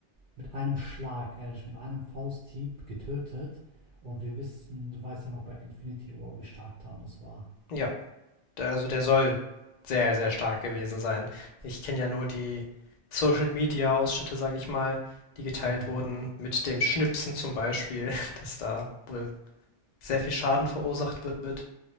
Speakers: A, on the right; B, on the left.
A: mit einem Schlag, ehrlich, mit einem Fausthieb getötet. Und wir wissen, du weißt ja noch bei Infinity War, wie stark Thanos war.
B: ja. der- also der soll sehr, sehr stark gewesen sein. Ich kenne ja nur die Social Media Ausschnitte, sag ich mal, die geteilt
A: Ja.
B: wurden, mit dem Schnipsen zum Beispiel, <laughs> dass da wohl sehr viel Schaden verursacht wird wird